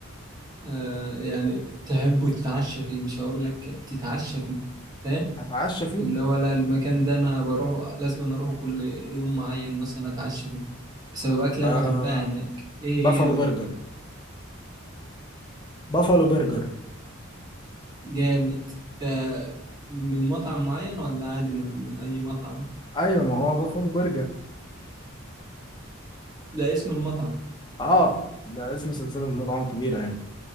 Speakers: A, on the right (about 20°); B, on the left (about 20°).
A: آه يعني تحبه تتعشى فيه مش هقول لك تتعشى فيه فاهم
B: اتعشى فيه
A: اللي هو لا المكان ده انا بروحه لازم أنا اروحه كل يوم معين مثلا اتعشى فيه بسبب اكل
B: آه
A: انا بحبها هناك ايه
B: بافالو
A: هي
B: برجر بافالو برجر
A: الجامد ده من مطعم معين ولا عادي من, من اي مطعم
B: ايوه ما هو بافالو برجر
A: لا اسم المطعم
B: اه ده اسم سلسله مطاعم كبيره يعني